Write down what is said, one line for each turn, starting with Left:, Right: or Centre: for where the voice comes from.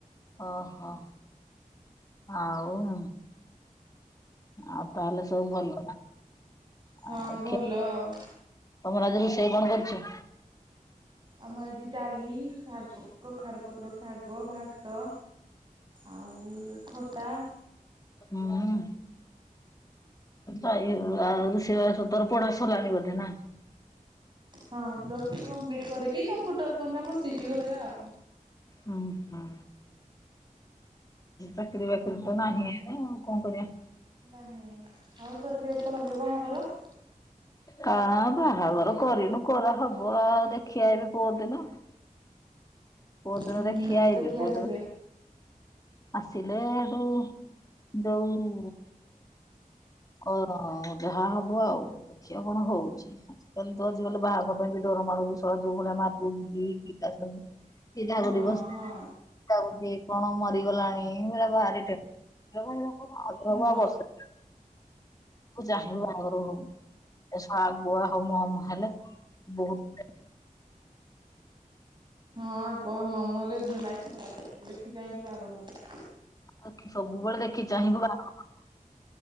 Left: ଓହୋ ଆଉ। ଆଉ ତାହେଲେ ସବୁ ଭଲ ନା
Right: ହଁ
Left: ଆଉ
Right: ଭଲ
Left: ଖିଆ
Right: ଆଉ।
Left: ତମର ଆଜି ରୋଷେଇ କଣ କରିଛ?
Right: ଆମର ଆଜି ଡାଲି ଶାଗ କ କଖାର ପତ୍ର ଶାଗ ଭାତ ଆଉ ଖଟା।
Left: ହମ୍। ଆଉ ରୋଷେଇ ବାସ ତୋର ପଢା ସରଲାଣି ବୋଧେ ନା?
Right: ହଁ ପ୍ଲସ ଟୁ କମ୍ପ୍ଲିଟ କରିକି କମ୍ପ୍ୟୁଟର କରିନା ବସିଛି ଘରେ ଆଉ।
Left: ହୁଁ ହୁଁ। ଚାକିରୀ ବାକିରି ତ ନାହିଁ ଆଉ କଣ କରିବା।
Right: ନାଇଁ ଆଉ ତୋର କେ ତୋର କେ ବାହା କର।
Left: କା ବାହାଘର କରିନୁ କରାହବ ଆଉ ଦେଖି ଆଇବେ ପର୍ ଦିନ। ପର୍ ଦିନ
Right: ଉଁ
Left: ଦେଖି
Right: ହୁଁ
Left: ଆଇବେ ପର୍
Right: ଆସିବେ।
Left: ଦିନ। ଆସିଲେ ହେଟୁ ଯୋଉ ଓ ଯାହା ହବ ଆଉ ଦେଖିଆ କଣ ହଉଛି। ଆଜକାଲି ତ ଆଜିକାଲି ବାହାଘର ପାଇଁ ବି ଡର ମଡୁଛିି ସଳା ଯୋଉ ଭଳିଆ ମାଗୁଛନ୍ତି <unintelligible> କିଏ କାହାକୁ
Right: ହଁ
Left: ଡିବସ୍
Right: ହଁ
Left: କାହାକୁ କିଏ କଣ ମ ହେଇଗଲାଣି ତ ଭାରି ଟେନ୍, ସବୁ ଆଉ
Right: ହଁ।
Left: ବର୍ଷେ। ତୁ ଜାହିଁବୁ ବାହାଘର ହବୁ ଏ ସଳା ଆଗୁଆ ହମ ହମ ହେଲେ ବହୁତ
Right: ହଁ ଆଗୁଆ ମମ ହେଲେ ଲାଇପ୍ ଖରାପ ହେଇଯିବ ଦେଖି ଚାହିଁକି ବାହାଘର ହବ।
Left: ଆଖି ସବୁବେଳେ ଦେଖି ଚାହିଁବୁ ବାହାଘର। <unintelligible>